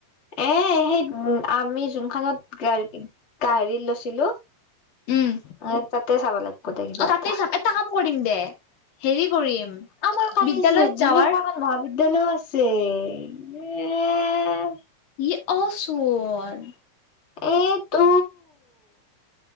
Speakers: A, on the left (about 30°); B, on the left (about 70°).
A: এ সেই আমি যোনখনত গা গাৰি লৈছিলো।
B: উম
A: এ তাতে চাব লাগিব দে কিবা
B: অ তাতেই
A: এটা।
B: চাম কাম কৰিম দে হেৰি কৰিম
A: আমাৰ কালি
B: বিদ্যালয়ত
A: দুই
B: যাৱাৰ
A: নম্বৰ মান মহাবিদ্যয়ালয়ও আছে। এ!
B: ই আচল।
A: এ তো!